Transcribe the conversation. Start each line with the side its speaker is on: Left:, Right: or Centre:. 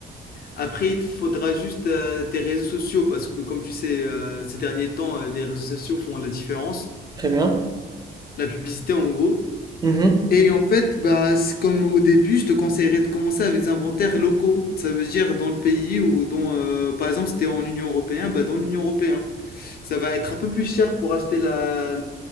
Left: Après, il te faudra juste euh, des réseaux sociaux parce que, comme tu sais, euh, ces derniers temps, euh, les réseaux sociaux font la différence.
Right: très bien.
Left: La publicité, en gros.
Right: Mhm,
Left: Et en fait, bah, c'est comme au début, je te conseillerais de commencer avec des inventaires locaux. Ça veut dire dans le pays ou dans, euh, par exemple, si t'es en Union européenne, bah, dans l'Union européenne. Ça va être un peu plus cher pour acheter la,